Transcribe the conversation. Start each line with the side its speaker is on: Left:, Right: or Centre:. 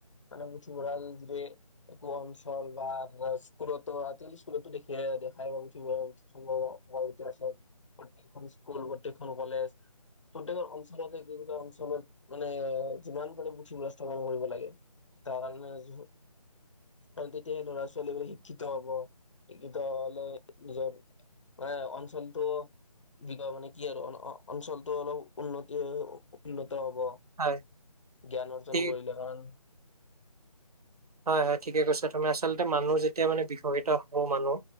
Left: মানে পুথিভঁৰাল যদি একো অঞ্চল বা আপোনাৰ স্কুলতো আজিকালি স্কুলতো দেখিয় দেখাই পাব সম্ভৱ হয় এতিয়া চোৱা প্ৰতেইক খন স্কুল প্ৰতেইকখন কলেজ প্ৰত্যেকৰ অঞ্চলতে যিকিটা অ ঞ্চলত মানে যিমান পাৰে পুথিভঁৰাল ব্যৱস্থা কৰিব লাগে তাৰ কাৰণে আৰু তেতিয়াহে ল'ৰা ছোৱালীবোৰ শিক্ষিত হব শিক্ষিত হলে নিজৰ মানে অঞ্চলটো বিক মানে কি আৰু অঞ্চলটো অলপ উন্নতি হৈ উন্নত হব জ্ঞান
Right: হয়
Left: অৰ্জন
Right: ঠিক
Left: কৰিলে কাৰণ
Right: হয় হয় ঠিকে কৈছা তুমি। আচলতে মানুহ যেতিয়া মানে বিকম্পিত হব মানুহ